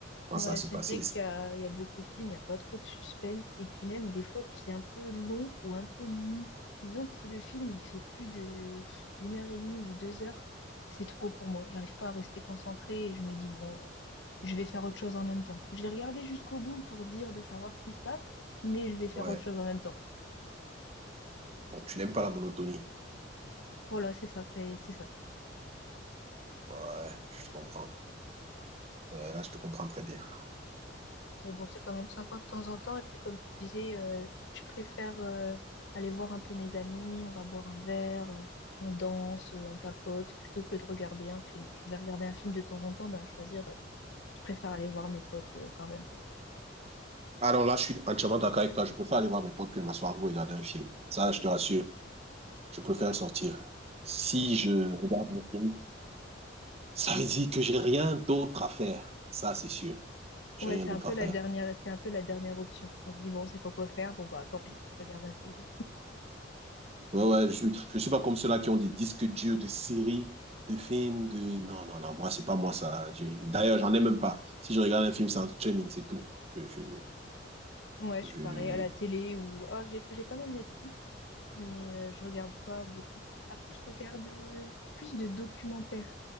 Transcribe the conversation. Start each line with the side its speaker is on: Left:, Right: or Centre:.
Right: comment
Left: Ouais,
Right: ça va se
Left: c'est
Right: passer.
Left: vrai qu'il y a, il y a beaucoup de films, il n'y a pas trop de suspense. Et puis même des fois, c'est un peu long ou un peu mou. Disons que si le film il fait plus de pff, une heure et demie ou deux heures, c'est trop pour moi. J'arrive pas à rester concentrée et je me dis, bon, euh, je vais faire autre chose en même temps. Je vais regarder jusqu'au bout pour dire de savoir ce qui se passe, mais je vais faire
Right: Ouais.
Left: autre chose en même temps.
Right: Donc, tu n'aimes pas la monotonie.
Left: Voilà, c'est ça, c'est c'est ça.
Right: Ouais, je comprends. Ouais, là, je te comprends très bien.
Left: Mais bon, c'est quand même sympa de temps en temps. Et puis, comme tu disais, euh, je préfère euh, aller voir un peu mes amis, on va boire un verre, euh, on danse, euh, on papote, plutôt que de regarder un film. Je vais regarder un film de temps en temps, bah, choisir, euh, je préfère aller voir mes potes euh, quand même, quoi.
Right: Alors là, je suis entièrement d'accord avec toi. Je préfère aller voir mes potes que de m'asseoir pour regarder un film. Ça, je te rassure. Je préfère sortir. Si je regarde un film, ça veut dire que j'ai rien d'autre à faire. Ça, c'est sûr. J'ai
Left: Ouais,
Right: rien
Left: c'est
Right: d'autre
Left: un peu
Right: à faire.
Left: la dernière, c'est un peu la dernière option. On se dit, bon, c'est pas quoi faire, bon, bah, tant pis, je regarde un film.
Right: Ouais, ouais, je ne suis pas comme ceux-là qui ont des disques durs de séries, de films, de... Non, non, non, moi, c'est pas moi ça. Je- D'ailleurs, j'en ai même pas. Si je regarde un film, c'est un streaming, c'est tout. Je, je,
Left: Ouais,
Right: je...
Left: je suis pareil, à la télé ou. Ah, j'ai j'ai quand même Netflix, mais euh, je regarde pas beaucoup. Après, je regarde euh, plus de documentaires.